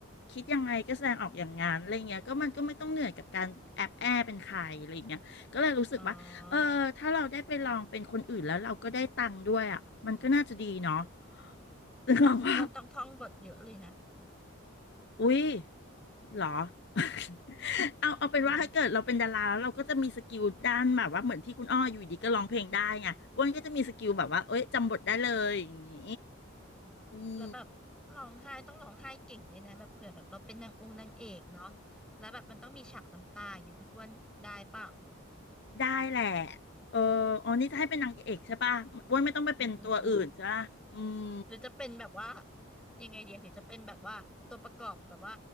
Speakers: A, on the left; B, in the centre.
A: คิดยังไงก็แสดงออกอย่างงั้นอะไรเงี้ยก็มันก็ไม่ต้องเหนื่อยกับการแอบแอเป็นใครอะไรเงี้ยก็เลยรู้สึกว่าเออถ้าเราได้ไปลองเป็นคนอื่นแล้วเราก็ได้ตังค์ด้วยอ่ะมันก็น่าจะดีเนาะ
B: อ๋อ
A: นึกออกว่า
B: แต่คุณอ้วนต้องท่องบทเยอะเลยนะ
A: อุ๊ยเหรอ <laughs> เอาเอาเป็นว่าถ้าเกิดเราเป็นดาราแล้วเราก็จะมีสกิลด้านแบบว่าเหมือนที่คุณอ้ออยู่ดีก็ร้องเพลงได้ไงอ้วนก็จะมีสกิลแบบว่าเอ้ยจำบทได้เลยอย่างนี้
B: <laughs>
A: อืม
B: แล้วแบบร้องไห้ต้องร้องไห้เก่งด้วยนะแบบเผื่อแบบเราเป็นนางองค์นางเอกเนาะแล้วแบบมันต้องมีฉากน้ำตาอย่างเงี้ยคุณอ้วนได้เปล่า
A: ได้แหละเอออ๋อนี่จะให้เป็นนางเอกใช่ป่ะอ้วนไม่ต้องไปเป็นตัวอื่นใช่ป่ะอืม
B: อืมอืมอืม หรือจะเป็นแบบว่ายังไงเดียหรือจะเป็นแบบว่าตัวประกอบแบบว่า